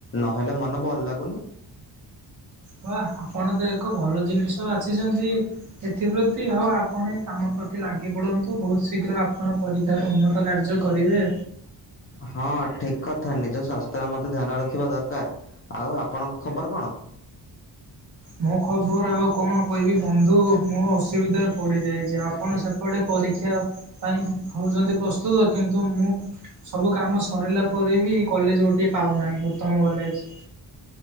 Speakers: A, on the left (about 30°); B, on the right (about 45°).
A: ନହେଲେ ମନ ଭଲ ଲାଗୁନି
B: ହଁ ଆପଣ ତ ଏକ ଭଲ ଜିନିଷ ବାଛିଛନ୍ତି ଏଥିପ୍ରତି ହଉ ଆପଣ ଏ କାମ ପ୍ରତି ଲାଗିପଡ଼ନ୍ତୁ ବହୁତ ଶୀଘ୍ର ଆପଣ ପରୀକ୍ଷାର ଉନ୍ନତ କାର୍ଯ୍ୟ କରିବେ
A: ହଁ ଠିକ କଥା ନିଜ ସ୍ୱାସ୍ଥ୍ୟର ମତେ ଧ୍ୟାନ ରଖିବା ଦରକାର ଆଉ ଆପଣଙ୍କ ଖବର କଣ
B: ମୁଁ ଖବର ଆଉ କଣ କହିବି ବନ୍ଧୁ ମୋ ଅସୁବିଧାରେ ପଡିଯାଇଛି ଆପଣ ସେପଟେ ପରୀକ୍ଷା ପାଇଁ ହଉଛନ୍ତି ପ୍ରସ୍ତୁତ କିନ୍ତୁ ମୁଁ ସବୁ କାମ ସରିଲା ପରେ ବି କଲେଜ ଗୋଟିଏ ପାଉନାହିଁ ଉତ୍ତମ କଲେଜ